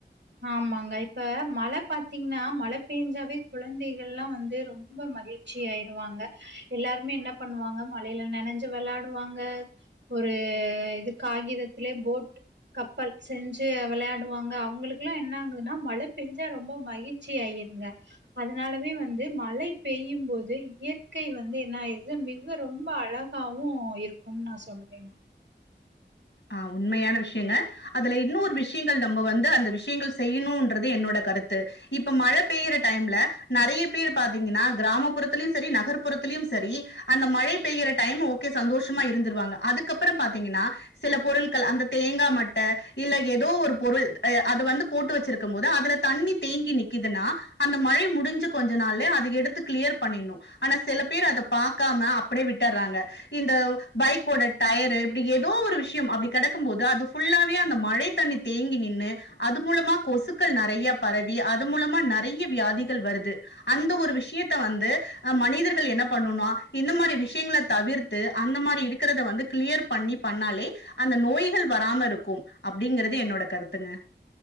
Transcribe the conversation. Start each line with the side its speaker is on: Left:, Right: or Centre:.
Right: ஆமாங்க இப்ப மழ பாத்தீங்ன்னா மழ பேஞ்சாவே குழந்தைகள்ல்லாம வந்து ரொம்ப மகிழ்ச்சி ஆயிருவாங்க எல்லாருமே என்ன பண்ணுவாங்க மழையில நெனைஞ்சு வெளாயாடுவாங்க ஒரு இது காகிதத்திலயே போட் கப்பல் செஞ்சு வெளயா வருவாங்க அவங்களுக்கு என்ன ஆங்குதுன்னா மழ பேஞ்சா ரொம்ப மகிழ்ச்சி ஆயிருங்க அதனாலவே வந்து மழை பெய்யும் போது இயற்கை வந்து என்ன ஆயிருது மிக ரொம்ப அழகாவு இருக்கும்னு நா சொல்றேங்க
Left: ஆஹ் உண்மையான விஷயங்க அதுல இன்னொரு விஷயங்கள் நம்ம வந்து அந்த விஷயங்கள் செய்யணும்ன்றது என்னோட கருத்து இப்ப மழ பெய்ற டைம்ல நெறைய பேர் பாத்தீங்கன்னா கிராமப்புறத்திலியும் செரி நகர்ப்புறத்துலியும் செரி அந்த மழை பெயிற டைம் ஓகே சந்தோஷமா இருந்துருவாங்க அதுக்கப்புறம் பாத்தீங்கன்னா சில பொருள்கள் அந்த தேங்கா மட்ட இல்ல ஏதோ ஒரு பொருள் எ அ அது வந்து போட்டு வெச்சிருக்கும் போது அதுல தண்ணி தேங்கி நிக்குதுன்னா அந்த மழை முடிஞ்ச கொஞ்ச நாள்ல அத எடுத்து கிளியர் பண்ணிணு ஆனா சில பேர் அத பாக்காம அப்டியே விட்டறாங்க இந்த பைக்கோட டயரு இப்டி ஏதோ ஒரு வி ஷயம் அப்டி கெடக்கும் போது அது புல்லாவே அந்த மழை தண்ணி தேங்கி நின்னு அது மூலமா கொசுக்கள் நெறையா பரவி அது மூலமா நெறையா வியாதிகள் வருது அந்த ஒரு விஷயத்த வந்து அ மனிதர்கள் என்ன பண்ணோனாம் இந்த மாரி விஷயங்களை தவிர்த்து அந்த மாரி இருக்கிறத வந்து கிளியர் பண்ணி பண்ணாலே அந்த நோய்கள் வராம இருக்கும் அப்டிங்கறது என்னோட கருத்துங்க